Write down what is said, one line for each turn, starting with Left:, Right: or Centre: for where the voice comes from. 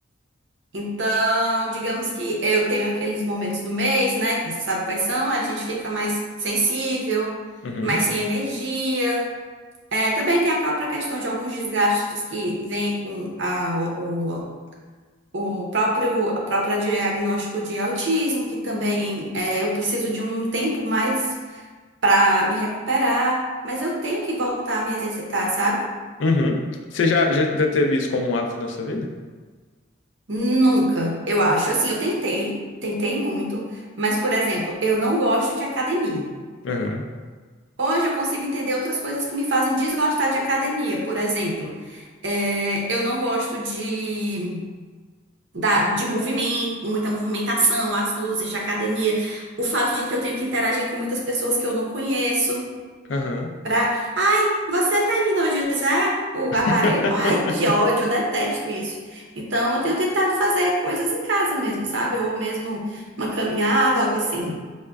Right: Então, digamos que eu tenho aqueles momentos do mês, né, que você sabe quais são, a gente fica mais sensível,
Left: Uhum.
Right: mais sem energia. É, também tem a própria questão de alguns desgastes que vêm com a- o, o, o próprio, a própria diagnóstico de autismo, que também é, eu preciso de um tempo mais para me recuperar, mas eu tenho que voltar a me exercitar, sabe?
Left: Uhum. Você já, já teve isso como um hábito na sua vida?
Right: Nunca, eu acho. Assim, eu tentei, tentei muito, mas, por exemplo, eu não gosto de academia.
Left: Aham.
Right: Hoje eu consigo entender outras coisas que me fazem desgostar de academia. Por exemplo, é, eu não gosto de, da, de movimento, muita movimentação, as luzes de academia, o fato de que eu tenho que interagir com muitas pessoas que eu não conheço.
Left: Aham.
Right: Pra, ai, você terminou de usar o
Left: <laughs>
Right: aparelho? Ai, que ódio, eu detesto isso. Então, eu tenho tentado fazer coisas em casa mesmo, sabe? Ou mesmo uma caminhada, algo assim.